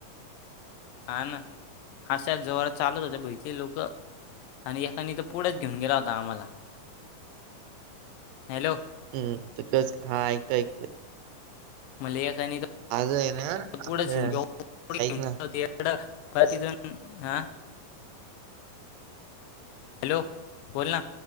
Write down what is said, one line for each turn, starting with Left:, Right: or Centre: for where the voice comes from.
Left: हा ना. अशा जोरात चालत होत्या. भाई ती लोकं आणि एकानी तर पुढेच घेऊन गेला होता आम्हाला. हॅलो,
Right: हम्म, तिथंच हा ऐकतोय ऐकतोय.
Left: मले एकानी तर
Right: आज हाय ना.
Left: <unintelligible>
Right: आमच्या ऐक ना
Left: हॅलो, बोल ना?